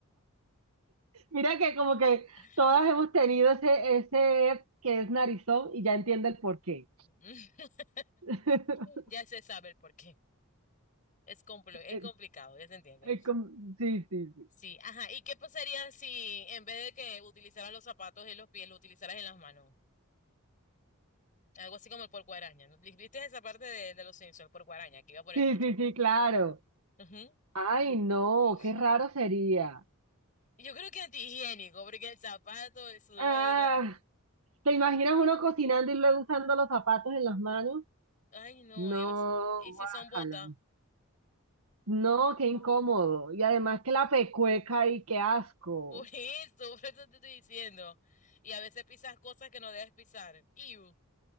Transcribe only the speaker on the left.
<laughs>
<laughs>
Ya se sabe el por qué. Es compl- es
complicado, ya se entiende.
Sí, ajá. ¿Y qué pasaría si en vez de que utilizaras los zapatos en los pies, lo utilizaras en las manos? Algo así como el porco araña, ¿no? ¿Vi- ¿Viste esa parte de, de los Simpsons, el porco araña, que iba por el
techo?
Ujú.
<laughs>
Yo creo que antihigiénico, porque el zapato, el sudor,
la...
Ay, no,
digamos, ¿y si
son botas?
Por eso, por eso te estoy diciendo. Y a veces pisas cosas que no debes pisar. Iu,